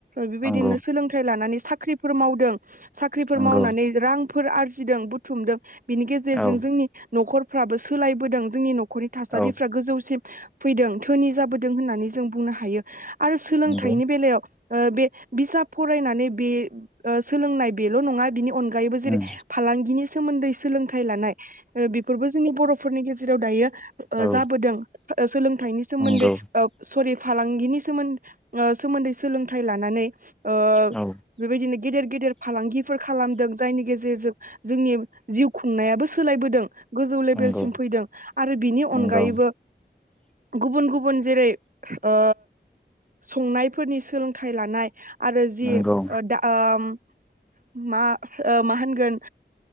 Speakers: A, on the right (about 50°); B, in the centre.
A: <inaudible> बेबायदिनो
B: नंगौ
A: सोलोंथाइ लानानै साख्रिफोर मावदों साख्रिफोर
B: नंगौ
A: मावनानै रां फोर आरजिदों बुथुमदों बिनि गेजेरजों
B: औ
A: जोंनि न'खरफ्राबो सोलायबोदों जोंनि न नखरनि थासारिफ्रा
B: औ
A: गोजौसिम फैदों धोनि जाबोदों होननानै जों बुंनो हायो आरो सोलोंथाइनि
B: नंगौ
A: बेलायाव ओ बे बिजाब फरायनानै बे ओ सोलोंनाय बेल' नङा बिनि अन गोयैबो जेरै
B: उम
A: फालांगिनि सोमोन्दै सोलोंथाइ लानाय अ बेफोरबो जोंनि बर'फोरनि गेजेराव दायो अ
B: औ
A: जाबोदों सोलों नायनि सोमोन्दै
B: नंगौ
A: अफ सरि फालांगिनि सोमोन ओ सोमोन्दैस सोलोंथाइ लानानै ओ
B: औ
A: बेबायदिनो गेदेर गेदेर फालांगिफोर खालामदों जायनि गेजेरजों जोंनि जिउ खुंनायाबो सोलायबोदों। गोजौ लेभेलसिम
B: नंगौ
A: फैदों आरो बिनि
B: नंगौ
A: अनगायैबो गुबुन गु बुन जेरै ओ संनायफोरनिस सोलोंथाइ लानाय आरो जे
B: नंगौ
A: ओ दा ओम मा ओ मा होनगोन